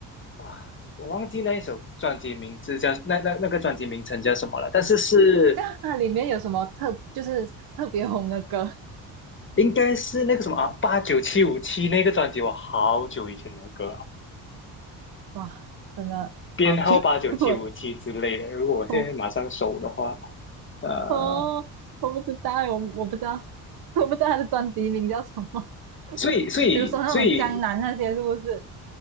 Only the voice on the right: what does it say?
<laughs> 那它里面有什么特就是特别红的歌？
哇，真的好久，
<laughs> 我
我
哦，我不知道欸，我我不知道，我不知道他的专辑名叫什么。
<laughs> 比如说那种江南那些是不是？